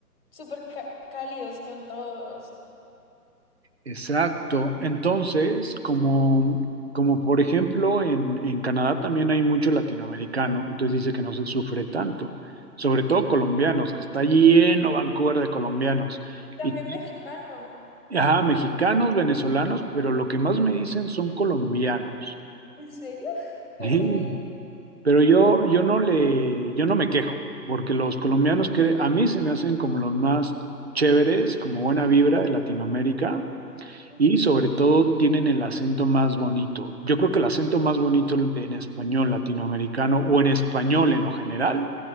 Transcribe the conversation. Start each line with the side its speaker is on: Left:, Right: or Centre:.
Left: súper ca- cálidos con todos.
Right: Exacto. Entonces, como, como por ejemplo en, en Canadá también hay mucho latinoamericano, entonces dice que no se sufre tanto, sobre todo colombianos, que está lleno Vancouver de colombianos.
Left: También
Right: Y
Left: mexicanos.
Right: Ajá, mexicanos, venezolanos, pero lo que más me dicen son colombianos.
Left: ¿En serio? <laughs> No
Right: Sí,
Left: sabía.
Right: <laughs> Pero yo, yo no le, yo no me quejo, porque los colombianos que a mí se me hacen como los más chéveres, como buena vibra de Latinoamérica,
Left: Ujú.
Right: y sobre todo tienen el acento más bonito. Yo creo que el acento más bonito de- en español latinoamericano o en español en lo general